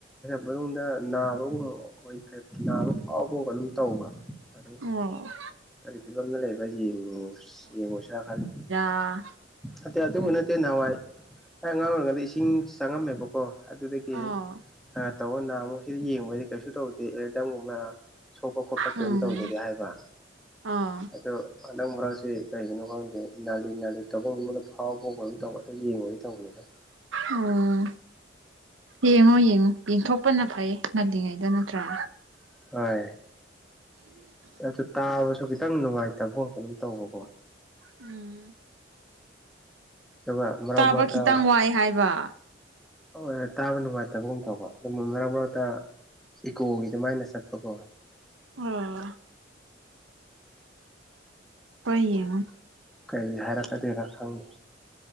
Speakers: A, in the centre; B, on the right.
A: ꯃꯅꯨꯡꯗ ꯅꯥꯕꯒꯨꯝꯕ ꯑꯩꯈꯣꯏ ꯅꯥꯕ ꯐꯥꯎꯕꯒꯨꯝꯕ ꯑꯗꯨꯝ ꯇꯧꯕ꯭ꯔꯥ ꯑꯗꯨ
B: ꯑꯣ
A: ꯀꯔꯤ ꯐꯤꯕꯝꯗ ꯂꯩꯕ ꯌꯦꯡꯉ ꯌꯦꯡꯉꯨꯁꯤꯔ ꯈꯜꯂꯤꯦ
B: ꯑꯥ
A: ꯑꯠꯇꯦ ꯑꯗꯨꯕꯨ ꯅꯠꯇꯦ ꯅꯍꯥꯟꯋꯥꯏ ꯑꯩ ꯑꯉꯥꯡ ꯑꯣꯏꯔꯤꯉꯩꯗ ꯏꯁꯤꯡ ꯆꯪꯉꯝꯃꯦꯕ ꯀꯣ ꯑꯗꯨꯗꯒꯤ
B: ꯑꯣ
A: ꯈꯔ ꯇꯧꯅ ꯑꯃꯨꯛ ꯁꯤꯗ ꯌꯦꯡꯕꯗꯤ ꯀꯩꯁꯨ ꯇꯧꯗꯦ ꯑꯦꯔꯗꯝꯒꯨꯝꯕ ꯁꯣꯛꯄ ꯈꯣꯠꯄ ꯀꯩꯝ
B: ꯎꯝ
A: ꯇꯧꯗꯦꯗꯤ ꯍꯥꯏꯕ
B: ꯑꯥ
A: ꯑꯗꯣ ꯍꯗꯥꯡ ꯃꯨꯔꯥꯡꯁꯤꯦ ꯀꯥꯏꯅꯣ ꯀꯗꯦ ꯅꯥꯂꯤ ꯅꯥꯂꯤ ꯇꯧꯕꯐꯝ ꯃꯉꯣꯟꯗ ꯐꯥꯎꯕ ꯐꯥꯎꯕꯝ ꯇꯧꯕ ꯑꯗꯨ ꯌꯦꯡꯉꯒꯒꯤ ꯇꯧꯕꯅꯤꯅ
B: ꯑꯣꯝ ꯌꯦꯡꯉꯣ ꯌꯦꯡꯉꯣ ꯌꯦꯟꯊꯣꯛꯄꯅ ꯐꯩ ꯉꯜꯂꯤꯉꯩꯗ ꯅꯠꯇ꯭ꯔꯥ
A: ꯍꯣꯏ ꯑꯗꯨ ꯇꯥꯕꯁꯨ ꯈꯤꯇꯪ ꯅꯨꯡꯉꯥꯏꯇꯕ ꯈꯣꯠꯄ ꯑꯗꯨꯝ ꯇꯧꯕꯀꯣ
B: ꯎꯝ
A: ꯑꯗꯨꯒ ꯃꯔꯛ
B: ꯇꯥꯕ
A: ꯃꯔꯛꯇ
B: ꯈꯤꯇꯪ ꯋꯥꯏ ꯍꯥꯏꯕ
A: ꯍꯣꯏ ꯇꯥꯕ ꯅꯨꯡꯉꯥꯏꯇꯕꯒꯨꯝ ꯇꯧꯕ ꯑꯗꯨ ꯃꯔꯛ ꯃꯔꯛꯇ ꯏꯀꯣꯒꯤ ꯑꯗꯨꯃꯥꯏꯅ ꯆꯠꯄ ꯀꯣꯋꯦ
B: ꯑꯣ ꯍꯣꯏ ꯌꯦꯡꯉꯣ
A: <unintelligible> ꯀꯩ ꯍꯥꯏꯔꯛꯀꯗꯣꯏꯔꯥ ꯈꯪꯗꯦ